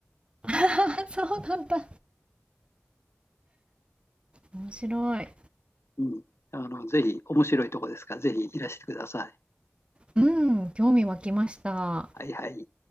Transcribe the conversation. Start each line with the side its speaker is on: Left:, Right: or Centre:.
Right: あ、そうなんだ。面白い。
Left: うん。あの、ぜひ、面白いとこですから、ぜひいらしてください。
Right: うん、興味湧きました。
Left: はいはい。